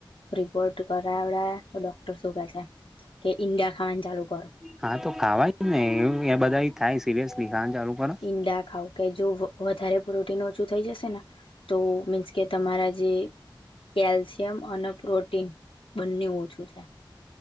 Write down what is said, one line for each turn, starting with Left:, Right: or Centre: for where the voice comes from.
Left: રિપોર્ટ કરાવડ્યા તો ડોક શ કે કે ઈન્ડિયા ખાવાને ચાલુ કરો.
Centre: હા તો ખાવાય ને એ બધા થાય સિરયસલી ખાવાનું ચાલૂ કરો.
Left: ઈંડા ખાવ કે જો વધારે પ્રોટીન ઓછું થઈ જશે ને. તો મીન્સ કે તમારા જે કેલ્શિયમ અને પ્રોટીન બંને ઓછું છે,